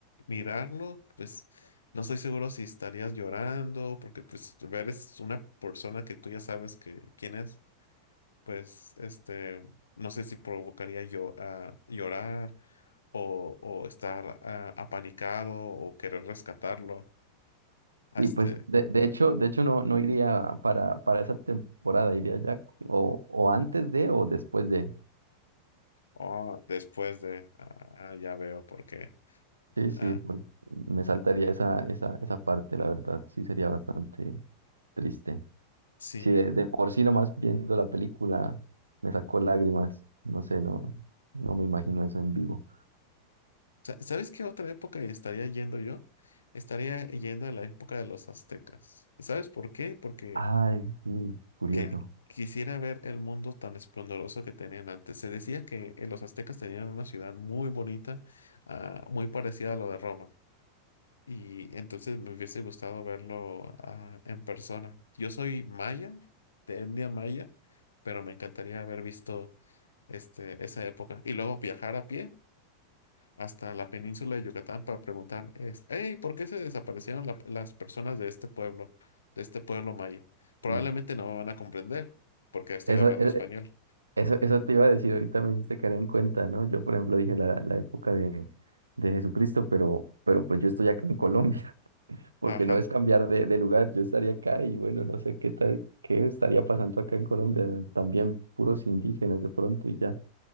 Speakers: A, on the left; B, on the right.
A: mirarlo, pues no estoy seguro si estarías llorando, porque pues ver es una persona que tú ya sabes que quién es, pues este, no sé si provocaría yo a llorar o, o estar ah, apanicado o querer rescatarlo. Ah,
B: Y
A: Este,
B: pues de, de hecho, de hecho no, no iría para, para esa temporada, iría ya o, o antes de o después de.
A: o después de, ah, ah, ya veo por qué.
B: Sí, sí,
A: Ah,
B: porque me saltaría esa, esa, esa parte, la verdad, sí sería bastante triste.
A: sí.
B: Sí, de, de por sí nomás viendo la película me sacó lágrimas, no sé, no, no me imagino eso en vivo.
A: Sa- ¿Sabes qué otra época estaría yendo yo? Estaría yendo a la época de los aztecas. ¿Sabes por qué? Porque
B: Ay, sí, curioso.
A: que, quisiera ver el mundo tan esplendoroso que tenían antes. Se decía que eh, los aztecas tenían una ciudad muy bonita, ah, muy parecida a lo de Roma. Y entonces me hubiese gustado verlo, ah, en persona. Yo soy maya, de etnia maya, pero me encantaría haber visto este, esa época. Y luego viajar a pie hasta la península de Yucatán para preguntar, es, hey, ¿por qué se desaparecieron la- las personas de este pueblo, de este pueblo maya? Probablemente
B: sí.
A: no me van a comprender porque estoy
B: Esa,
A: hablando
B: e-
A: español.
B: Eso, eso te iba a decir, ahorita me hiciste caer en cuenta, ¿no? Yo, por ejemplo, dije la, la época de, de Jesucristo, pero, pero pues yo estoy acá en Colombia, <laughs> porque
A: Ajá,
B: no es cambiar de, de lugar, yo estaría acá y bueno, no sé qué tal, qué estaría pasando acá en Colombia, también puros indígenas de pronto y ya,